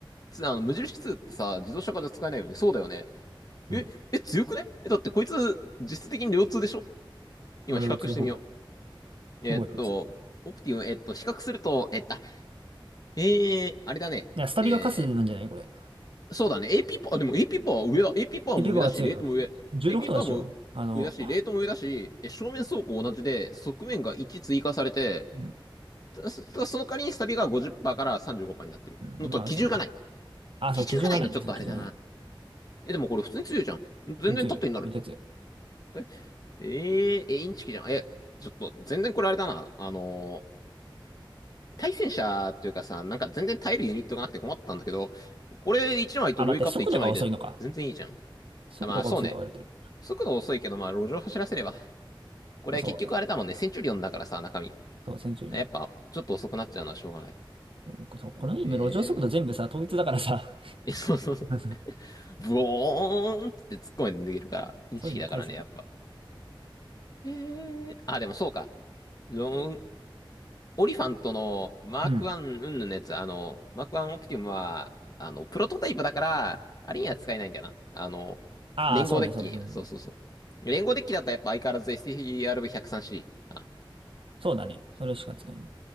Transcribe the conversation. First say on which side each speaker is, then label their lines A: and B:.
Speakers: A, on the left; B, on the right.
A: て、あの、無印2ってさ、自動車化で使えないよね。そうだよね。
B: うん。
A: え、え、強くねえ、だってこいつ、実質的にレオ2でしょ今比較してみよ
B: まあ、レ通2ほぼ。ほぼレ2。
A: う。えーっと、オプティム、えーっと、比較すると、えーっと、あえー、あれだね。
B: いや、スタビがカスなんじゃないこれ。
A: えー、そうだね。AP パワー、でも AP パワーは上だ。AP パワーも上だし、
B: え、ペパは強いよ。
A: レートも上。
B: 16とかでしょあの、
A: AP パワーも上だし、レートも上だし、え、正面走行同じで、側面が1追加されて、
B: うん
A: たそその代わりにスタビが50%から35%になってる。
B: うんまあ、
A: のと、機銃がない。
B: そう。あ、
A: 基準がないのちょっとあれだな。
B: そう、基準がないんでそう、基準がない。
A: え、でもこれ普通に強いじゃん。全然縦になる。
B: 全然強い。めっちゃ強い。
A: え、えー、え、インチキじゃん。え、ちょっと、全然これあれだな。あのー対戦車っていうかさ、なんか全然耐えるユニットがなくて困ったんだけど、これ1枚とルイカット1枚で全然いいじゃん。
B: あ、待って、速度が遅いのか。速度が遅いとか言われてる。
A: あ、まあそうね。速度遅いけど、まあ路上走らせれば。これ結局あれだもんね。
B: まあ、そうだね。
A: センチュリオンだからさ、中身。
B: そう、戦中
A: やっぱ、ちょっと遅くなっちゃうのはしょうがない。
B: なんかさ、この今、
A: へ
B: 路上速度全部さ、
A: え。
B: 統一だからさ、
A: え、そうそうそう。
B: <laughs>
A: <laughs> ブオーンっって突っ込んで逃げるから、インチキだからね、
B: そういうの大差ね。
A: やっぱ。ええあ、でもそうか。ロン、オリファントのマークワンうんぬんのやつ、
B: うん。
A: あの、マークワンオプティムは、あの、プロトタイプだから、あれには使えないんだよな。あの、
B: ああ、
A: 連合デッキには、
B: そうね、そうそうそうそう。
A: そうそうそう。連合デッキだとやっぱ相変わらず STRV103C かな。
B: そうだね。それしか使えない。